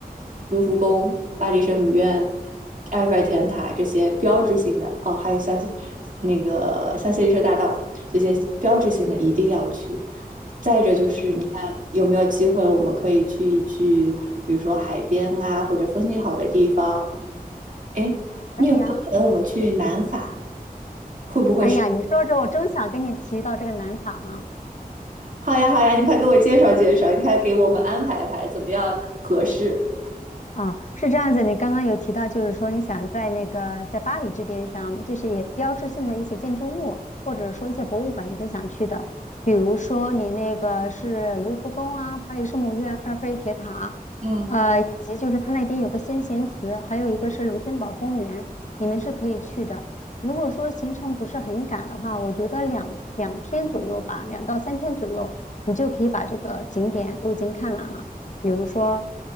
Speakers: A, on the right; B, on the left.
A: 卢浮宫、巴黎圣母院、埃菲尔铁塔这些标志性的哦，还有香榭那个香榭丽舍大道这些标志性的一定要去。再者就是，你看有没有机会，我们可以去一去，比如说海边啊，或者风景好的地方。哎，
B: 可以呀，
A: 你有没有可能我们去南法？会不会是？
B: 哎呀，你说着我正想跟你提到这个南法呢。
A: 好呀，好呀，你快给我介绍介绍，你快给我们安排安排，怎么样合适？
B: 啊，是这样子。你刚刚有提到，就是说你想在那个在巴黎这边想，就是也标志性的一些建筑物，或者说一些博物馆，你是想去的。比如说你那个是卢浮宫啊，巴黎圣母院、埃菲尔铁塔，
A: 嗯
B: 呃，以及就是它那边有个先贤祠，还有一个是卢森堡公园，你们是可以去的。如果说行程不是很赶的话，我觉得两两天左右吧，两到三天左右，你就可以把这个景点都已经看完了。比如说，